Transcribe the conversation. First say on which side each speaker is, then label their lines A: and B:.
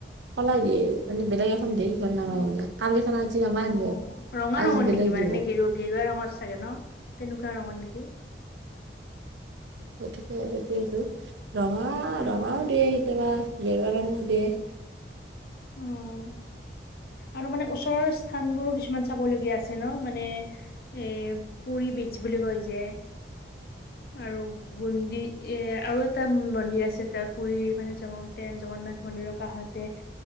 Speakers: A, on the right; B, on the left.
A: সলাই দিয়ে, মানে বেলেগ সন্দেহি কৰি নাম
B: অ
A: কালিৰ খ <unintelligible> আজি নমাই
B: অ
A: আনিব
B: ৰঙা
A: আজি
B: ৰঙৰ
A: বেলেগ
B: নেকি মানে
A: দিব
B: নে গেৰুৱা গেৰুৱা ৰঙত চাগে ন তেনেকুৱা ৰঙৰ নেকি
A: গতিকে সিইতোয়ে ৰঙা
B: অ',
A: ৰঙাও দিয়ে কেতিয়াবা গেৰুবা ৰঙও দিয়ে
B: উ আৰু মানে ওচৰৰ স্থান বোৰ কিছুমান চাবলগীয়া আছে ন মানে এ পৰি বুলি কৈ যে আৰু গুন্দি এ আৰু এটা মন্দিৰ আছে তেওঁৰ পুৰি মানে জতে জগন্নাথ মন্দিৰ নৰকাষতে